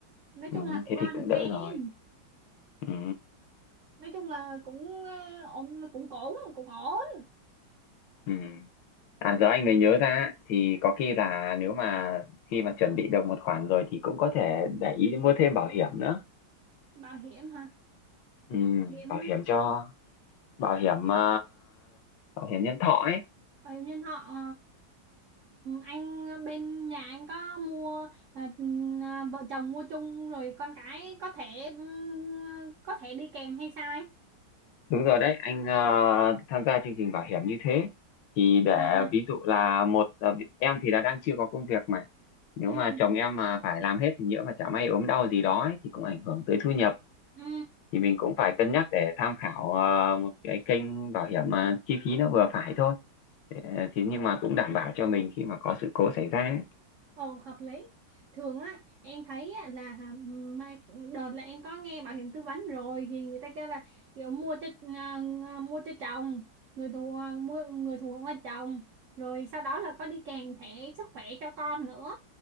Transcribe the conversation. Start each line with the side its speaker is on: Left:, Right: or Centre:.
Right: nói
Left: ừ,
Right: chung là cũng
Left: thế
Right: lo
Left: thì cũng
Right: được
Left: đỡ
Right: cho em
Left: rồi ừ,
Right: nói chung là cũng à, ổn cũng ổn cũng ổn
Left: ừ. À giờ anh mới nhớ ra thì có khi là nếu mà khi mà chuẩn bị được một khoản rồi thì cũng có thể để ý mua thêm bảo hiểm nữa.
Right: bảo hiểm hả
Left: Ừ,
Right: bảo hiểm
Left: bảo hiểm cho bảo hiểm à, bảo hiểm nhân thọ ấy.
Right: bảo hiểm nhân thọ ờ, anh bên nhà anh có mua à, à, vợ chồng mua chung rồi con cái có thể ừm, có thể đi kèm hay sao anh
Left: Đúng rồi đấy, anh à, tham gia chương trình bảo hiểm như thế thì để
Right: à
Left: ví dụ là một à, em thì là đang chưa có công việc mà nếu
Right: ừ
Left: mà chồng em mà phải làm hết thì nhỡ mà chả may ốm đau gì đó ấy, thì cũng ảnh hưởng tới thu nhập
Right: ừ
Left: thì mình cũng phải cân nhắc để tham khảo ờ, một cái kênh bảo hiểm mà chi phí nó vừa phải thôi Để- thì nhưng mà cũng đảm bảo cho mình khi mà có sự cố xảy ra ấy.
Right: ồ hợp lý thường á em thấy á, là hả, mai đợt là em có nghe bảo hiểm tư vấn rồi thì người ta kêu là kiểu mua cho à, à, mua cho chồng người thù mua người thù là chồng rồi sau đó là có đi kèm thẻ sức khỏe cho con nữa